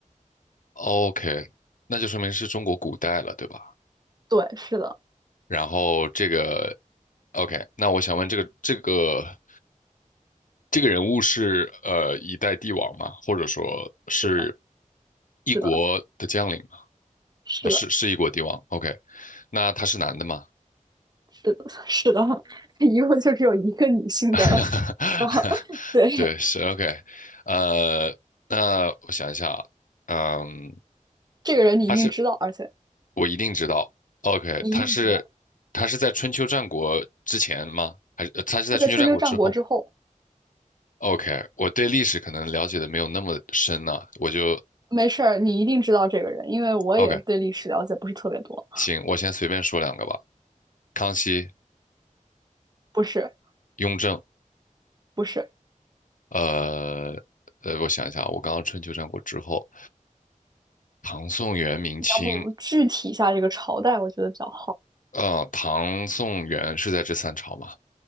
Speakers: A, on the left; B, on the right.
A: 哦 OK，那就说明是中国古代了，对吧？
B: 对，是的，
A: 然后这个 OK，那我想问这个这个这个人物是呃一代帝王吗？或者说是
B: 是的，
A: 一国的将领吗？
B: 是的，是的，
A: 呃，是是一国帝王。OK，那他是男的吗？
B: 是的，是的，<laughs> 他一共就只有一个女性的，
A: <laughs>
B: 然后对
A: 对，是 OK。呃，那我想一下啊，嗯，
B: <laughs> 这个人你一定知道，
A: 他是
B: 而且
A: 我一定知道。OK，
B: 你一定知道
A: 他是他是在春秋战国之前吗？还是他是在春秋战国之后
B: 他在春秋战国之后，
A: ？OK，我对历史可能了解的没有那么深呢，我就
B: 没事儿，你一定知道这个人，因为我也是对历史了解不是特别多，
A: OK，行，我先随便说两个吧。康熙、
B: 不是
A: 雍正，
B: 不是，
A: 呃呃，我想一下啊，我刚刚春秋战国之后，唐宋元明清，
B: 你要不具体一下这个朝代，我觉得比较好，
A: 呃，唐宋元是在这三朝吗？